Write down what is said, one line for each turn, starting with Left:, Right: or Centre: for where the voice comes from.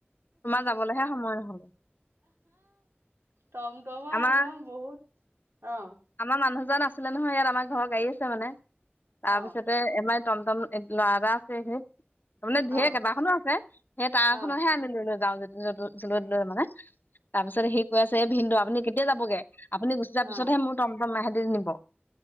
Left: তোমাৰ যাবলৈহে সময় নহব
Right: টমটমৰ
Left: আমাৰ
Right: একদম বহুত অ',
Left: আমাৰ মানুহজন আছিলে নহয় ইয়াত আমাৰ ঘৰত গাড়ী আছে মানে তাৰপিছতে
Right: অ',
Left: এমাইত টম টম এ লৰা এটা আছে হেই। তাৰমানে ঢেৰ
Right: অ',
Left: কেইবাখনো আছে সেই তাৰখনহে
Right: অ',
Left: আমি লৈ লৈ যাওঁ যেনিবা য' য'লৈ ত'লৈ মানে। তাৰ পিছত সি কৈ আছে এ ভিনদেও আপুনি কেতিয়া যাবগে? আপুনি গুচি যোৱা পিছতহে
Right: অ',
Left: মোৰ টমটম ইহেতি নিব।